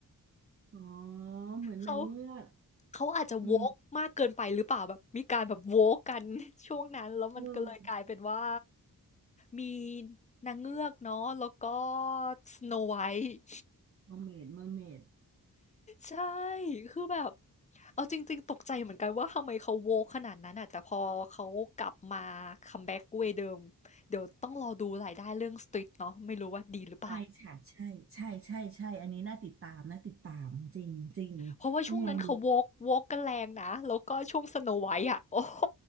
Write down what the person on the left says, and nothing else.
เขาเขาอาจจะ
woke มากเกินไปหรือเปล่าแบบมีการแบบ woke กัน <laughs> ช่วงนั้นแล้วมันก็เลยกลายเป็นว่า
มีนางเงือกเนาะแล้วก็ Snow White
ใช่ คือแบบ เอาจริงๆตกใจเหมือนกันว่าทำไมเขาโวขนาดนั้นอ่ะแต่พอเขากลับมาคัมแบ็กเวย์เดิม เดี๋ยวต้องรอดูรายได้เรื่องสตรีทเนาะไม่รู้ว่าดีหรือเปล่า
เพราะว่าช่วงนั้นเขาโวกโวกกันแรงนะ
แล้วก็ช่วงสโนไวท์อ่ะ โอ้โห